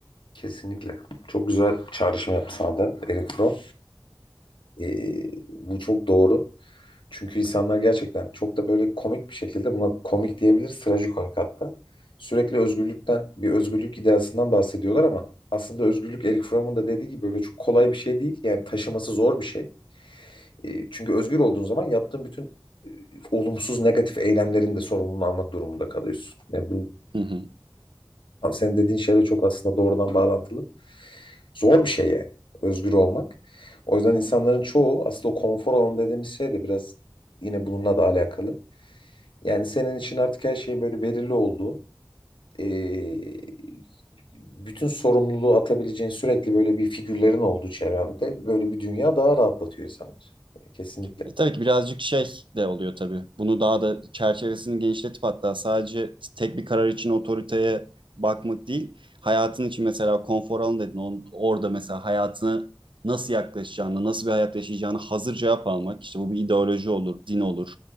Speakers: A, on the left (about 90°); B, on the right (about 85°).
A: Kesinlikle. Çok güzel çağrışım yaptı sana da Eric Fromm. Ee, bu çok doğru. Çünkü insanlar gerçekten çok da böyle komik bir şekilde buna komik diyebiliriz, trajikomik hatta. Sürekli özgürlükten, bir özgürlük ideasından bahsediyorlar ama aslında özgürlük Eric Fromm'un da dediği gibi böyle çok kolay bir şey değil. Yani taşıması zor bir şey. Ee, çünkü özgür olduğun zaman yaptığın bütün e, olumsuz, negatif eylemlerin de sorumluluğunu almak durumunda kalıyorsun. Yani bu
B: Hı hı.
A: Tam senin dediğin şeyle çok aslında doğrudan bağlantılı. Zor bir şey yani özgür olmak. O yüzden insanların çoğu aslında o konfor alanı dediğimiz şey de biraz yine bununla da alakalı. Yani senin için artık her şey böyle belirli olduğu, eee, bütün sorumluluğu atabileceğin sürekli böyle bir figürlerin olduğu çevremde böyle bir dünya daha rahatlatıyor insanlar. Kesinlikle.
B: E, tabii ki birazcık şey de oluyor tabii. Bunu daha da çerçevesini genişletip hatta sadece tek bir karar için otoriteye bakmak değil. Hayatın için mesela konfor alanı dedin. On- Orada mesela hayatını nasıl yaklaşacağını, nasıl bir hayat yaşayacağını hazır cevap almak. İşte bu bir ideoloji olur, din olur